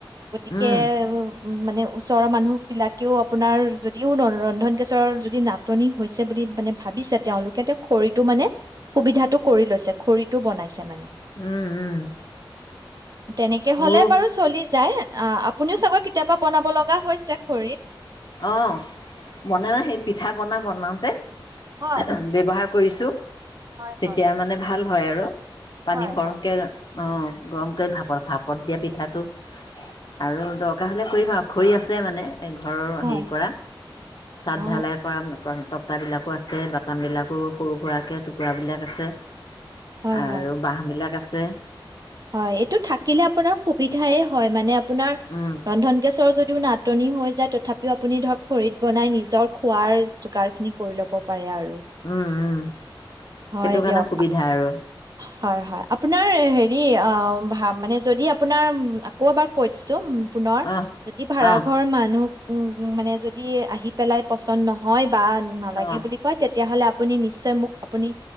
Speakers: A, on the right; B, on the left.
A: গতিকে
B: উম
A: <inaudible> উ মানে ওচৰৰ মানুহ বিলাকেও আপোনাৰ যদিও ন ৰন্ধন গেছ ৰ যদি নাটনি হৈছে বুলি মানে ভাবিছে তেওঁলোকে তেওঁ খৰিতটো মানে সুবিধাটো কৰি লৈছে, খৰিটো বনাইছে। মানে
B: উম উম
A: তেনেকে হলে
B: মোৰো
A: বাৰু চলি যায় আহ আপুনিও চাগৈ কেতিয়াবা বনাব লগা হৈছে খৰিত
B: অ বনা সেই পিঠা পনা বনাওঁতে আহ
A: হয়
B: অহ ব্যৱহাৰ কৰিছোঁ
A: হয়
B: তেতিয়া
A: হয়
B: মানে ভাল হয় আৰু পানী
A: হয়
B: সৰহকে
A: হয়
B: এ অঁ গৰম কৰি ভাপত ভাপত দিয়া পিঠাটো আৰু দৰকাৰ হ'লে কৰিম আৰু খৰি আছে মানে ঘৰ হেৰি
A: হয়
B: কৰা ছাদ
A: অ
B: ঢালাই কৰা <inaudible> তক্তা বিলাকো আছে বাটাম বিলাকো সৰু সুৰাকে টুকুৰাবিলাক আছে
A: হয়
B: আৰু
A: হয়
B: বাঁহ বিলাক আছে আছে
A: হয় এইটো থাকিলে আপোনাৰ সুবিধাই হয় মানে আপোনাৰ
B: উম,
A: ৰন্ধন গেছৰ যদিও নাটনি হৈ যায় তথাপিও আপুনি ধৰক খৰিত বনাই নিজৰ খোৱাৰ যোগাৰ খিনি কৰি ল'ব পাৰে আৰু।
B: উম, উম।
A: হয়
B: সেইটো
A: দিয়ক
B: কাৰণে সুবিধা আৰু।
A: হয় হয় আপোনাৰ হেৰি অ ভ মানে যদি আপোনাৰ আকৌ এবাৰ কৈ দিছো। পুনৰ
B: অঁ
A: যদি ভাড়াঘৰ
B: অঁ
A: মানুহ উম, মানে যদি আহি পেলাই পচন্দ নহয় বা নালাগে
B: অঁ
A: বুলি কয় তেতিয়াহলে আপুনি নিশ্চয় মোক আপুনি